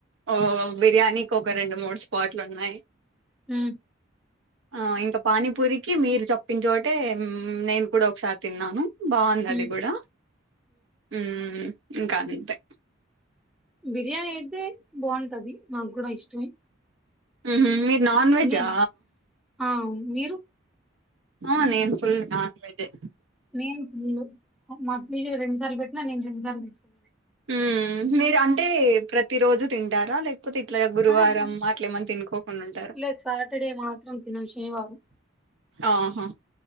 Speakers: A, on the right; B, in the centre.
A: ఓ బిర్యానీకి ఒక రెండు మూడు స్పాట్లు ఉన్నాయి
B: హ
A: ఆ ఇంకా పానీపూరికి మీరు చప్పించోటే నేను కూడా ఒకసారి తిన్నాను బాగు
B: హ్మ్
A: అది కూడా ఉ ఇంకా అంతే
B: బిర్యానీ అయితే బాగుంటది మాకు కూడా ఇష్టమే
A: ఉహ మీరు నాన్ వెజా
B: నేను ఆ మీరు
A: ఆ నేన్ ఫుల్ నాన్ వెజె
B: నేను ఫుల్లు మా అక్లీజ రెడు సార్లు పెట్నా నేను రెండు సార్లు తీసుకపో
A: ఉ మీరు అంటే ప్రతి రోజు తింటారా లేక్ కాపోతే ఇట్లాగా గురువారం
B: ఆహాహా
A: అట్లేమని తినుకోకుండా ఉంటారు
B: లేదు సాటర్డే మాత్రం తినం శనివారం
A: ఆహా